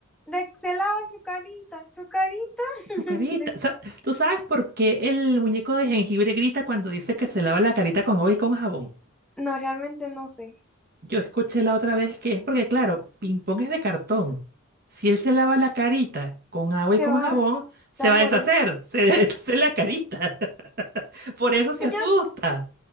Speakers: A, in the centre; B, on the right.
A: De, se lava su carita, su carita. <laughs>
B: Su carita.
A: Sí.
B: Sa- ¿Tú sabes por qué el muñeco de jengibre grita cuando dice que se lava la carita con agua y con jabón?
A: No, realmente no sé.
B: Yo escuché la otra vez que es porque, claro, ping pong es de cartón. Si él se lava la carita con agua y
A: Se
B: con
A: va,
B: jabón,
A: se
B: se
A: va a
B: va
A: morir.
B: a deshacer, se <laughs> deshace la carita. <laughs> Por eso se
A: <laughs>
B: asusta.
A: Yo,